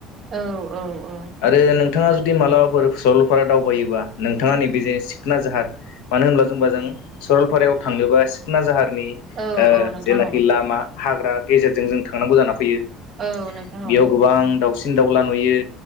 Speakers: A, on the right (about 40°); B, on the left (about 60°).
A: औ औ औ
B: आरो नोंथाङा जुदि मालाबाफोर सरलफारा दावबायोबा नोंथाङा नैबे जे सिखना जाहार मानो होनोब्ला जोंना जों सरलपारायाव थांनोबा सिखना जाहार जेनाखि
A: औ औ नोंथां औ
B: लामा हाग्रा गेजेरजों जों थांनांगौ जाना फैयो।
A: औ नोंथां
B: बेयाव
A: औ
B: गोबां दाउसिन दाउला नुयो।